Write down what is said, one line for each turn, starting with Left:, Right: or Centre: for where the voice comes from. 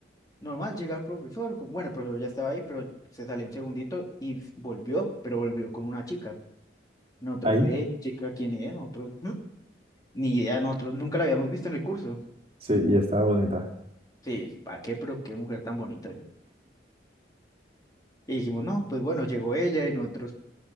Left: normal, llega el profesor. como- Bueno, el profesor ya estaba ahí, pero se salió un segundito y volvió, pero volvió con una chica. Nosotros,
Right: Ahí,
Left: ve, chica, ¿quién es? Nosotros, "Mm". ni idea, nosotros nunca la habíamos visto en el curso.
Right: sí, y estaba bonita.
Left: Sí, ¿para qué? Pero qué mujer tan bonita. Y dijimos, no, pues bueno, llegó ella y nosotros,